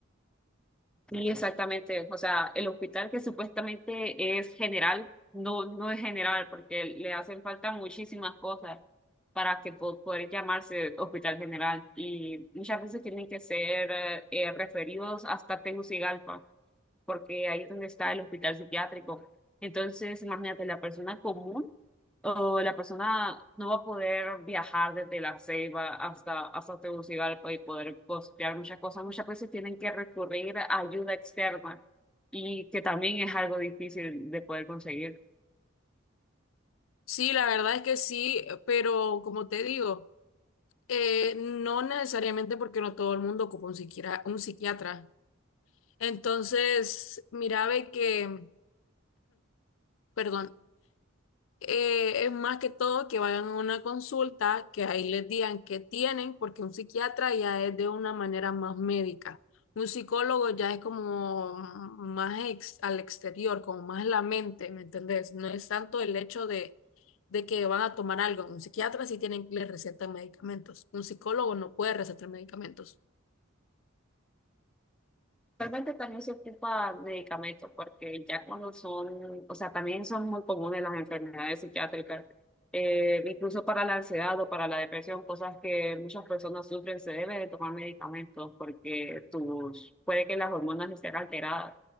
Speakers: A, in the centre; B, on the left.
A: Y exactamente, o sea, el hospital que supuestamente es general, no, no es general porque le hacen falta muchísimas cosas para que po- poder llamarse hospital general y muchas veces tienen que ser eh, eh, referidos hasta Tegucigalpa porque ahí es donde está el hospital psiquiátrico. Entonces, imagínate, la persona común o la persona no va a poder viajar desde La Ceiba hasta, hasta Tegucigalpa y poder costear muchas cosas. Muchas veces tienen que recurrir a ayuda externa y que también es algo difícil de poder conseguir.
B: Sí, la verdad es que sí, pero como te digo, eh, no necesariamente porque no todo el mundo ocupa un psiquiatra, un psiquiatra. Entonces, mira, ve que, perdón, eh, es más que todo que vayan a una consulta, que ahí les digan qué tienen, porque un psiquiatra ya es de una manera más médica. Un psicólogo ya es como más ex- al exterior, como más la mente, ¿me entendés? No es tanto el hecho de, de que van a tomar algo. Un psiquiatra sí tienen, le recetan medicamentos. Un psicólogo no puede recetar medicamentos.
A: realmente también se ocupa de medicamentos porque ya cuando son, o sea, también son muy comunes las enfermedades psiquiátricas, eh, incluso para la ansiedad o para la depresión, cosas que muchas personas sufren, se debe de tomar medicamentos porque tus, puede que las hormonas estén alteradas.